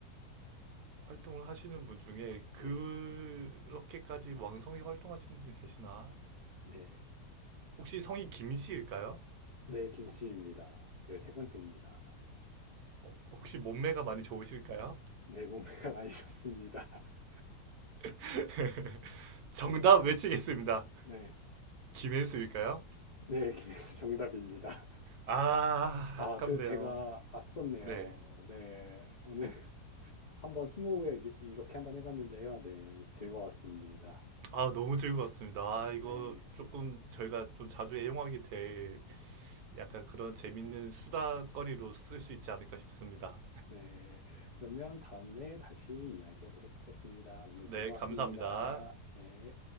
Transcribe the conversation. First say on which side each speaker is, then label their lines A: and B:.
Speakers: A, on the right; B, on the left.
A: 활동을 하시는 분 중에 그렇게까지
B: 네,
A: 왕성히 활동하시는 분이 계시나?
B: 네,
A: 혹시 성이 김씨일까요?
B: 네, 김씨입니다. 열세번째입니다
A: 어, 혹시 몸매가 많이 좋으실까요?
B: 네, 몸매가 많이 좋습니다. <laughs>
A: <laughs> 정답 외치겠습니다.
B: 네,
A: 김혜수일까요?
B: 네, 김혜수 정답입니다.
A: 아,
B: 아,
A: 아깝네요.
B: 그래서 제가 앞섰네요.
A: 네.
B: 네, 오늘 <laughs> 한번 스무고개 이렇게 한번 해봤는데요. 네, 즐거웠습니다.
A: 아, 너무 즐거웠습니다. 아, 이거
B: 네,
A: 조금 저희가 좀 자주 애용하게 될 약간 그런 재밌는 수다거리로 쓸 수 있지 않을까 싶습니다.
B: 네, 그러면 다음에 다시 이야기하도록 하겠습니다. 오늘
A: 네,
B: 즐거웠습니다.
A: 감사합니다.
B: 네.